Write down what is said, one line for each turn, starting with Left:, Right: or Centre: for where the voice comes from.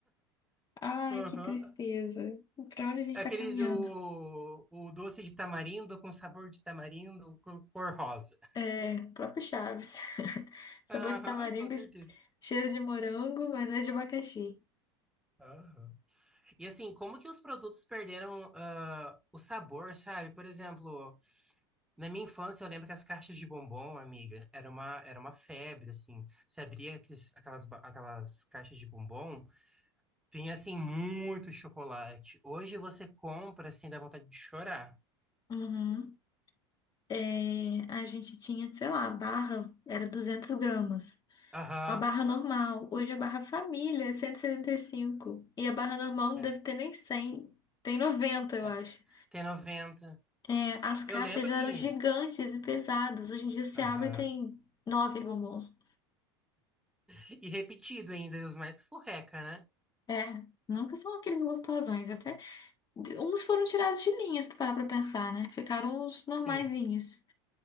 Left: Ai,
Centre: Aham.
Left: que tristeza. Pra onde a gente
Centre: É
Left: tá
Centre: Aquele
Left: caminhando?
Centre: do o doce de tamarindo com sabor de tamarindo, co- cor rosa.
Left: É, próprio Chaves. <laughs> Sabor
Centre: Aham,
Left: de tamaringo,
Centre: com certeza.
Left: cheiro de morango, mas é de abacaxi.
Centre: Aham. E assim, como que os produtos perderam ah, o sabor, sabe? Por exemplo, na minha infância eu lembro que as caixas de bombom, amiga, era uma, era uma febre, assim. Você abria aqueles- aquelas, ba- aquelas caixas de bombom, tinha assim muito chocolate. Hoje você compra, assim, dá vontade de chorar.
Left: Uhum. É, a gente tinha, sei lá, a barra era 200 gramas.
Centre: Aham,
Left: A barra normal, hoje a barra família é cento E setenta e E cinco. E a barra normal não
Centre: é,
Left: deve ter nem 100. tem 90, eu
Centre: é.
Left: acho.
Centre: Tem noventa
Left: É, as caixas
Centre: Eu lembro
Left: eram
Centre: que.
Left: gigantes e pesadas. Hoje em dia você
Centre: Aham.
Left: abre e tem nove bombons.
Centre: E repetido ainda, os mais furreca, né?
Left: É, nunca são aqueles gostosões, até. Uns foram tirados de linhas, pra parar pra pensar, né? Ficaram os normaizinhos.
Centre: Sim.